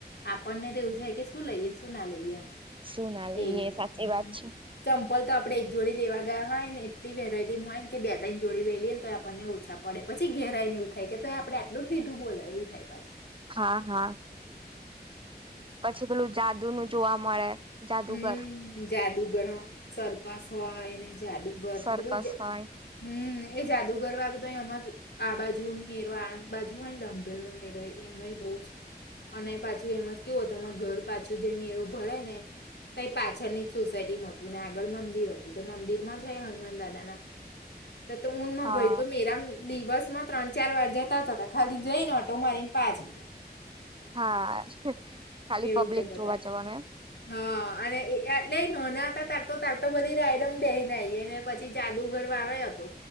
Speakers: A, on the left; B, on the right.
A: આપણને તો એવું થાય કે શું લઈએને શું ના લઈએ એમ
B: શું ના લઈએ
A: એવું
B: એ સાચી વાત છે
A: ચંપલ તો આપ આપણે એક જોડી લેવા ગયા હોય ને એટલી વેરાયટીમાં હોય કે બે જોડી લઈ લએને તો આપણને ઓછા પડે પછી ઘેરાઈ ઉ થાય કે તો એ આપણે આટલ જ લીધું બોલા એવું થાય પાછ
B: હા હા પછી પેલું જાદુ નું જોવા મળે જાદુગર
A: હમ જાદુગર સરકસ હોય ને જાદુગર
B: સર્કસ
A: બધું
B: હોય
A: હમ એ જાદુગર વાળું તો અમાર આ બાજુ મેરો આણંદ બાજુ હોય ને લંભેલ ન મેરો એમાંય બહુ જ અને પાછું એમ જ કેવ હોય તમામાં ઘર પાછું જે મેરો ભરાય ને ત પાછળની જ સોસાયટીમાં હતું ને આગળ મંદિર હતું તો મંદિરમાં જ હનુમાન દાદા ના
B: <unintelligible>
A: તો ઊનમાં
B: હા
A: ભાઈ તો મેરા દિવસ માં ત્રણ ચાર વાર જતા જ હતા ખાલી જઈને ઓટો મારીને પાછા
B: હા ખાલી
A: એવું
B: પબ્લિક
A: કરતા
B: જોવા
A: હતા
B: જવાનું એમ
A: હા અને એટલે નાના હતા તારતો તારતો બધી રાયડમ બેહી નાઈને પછી જાદુ ઘર વારો હતો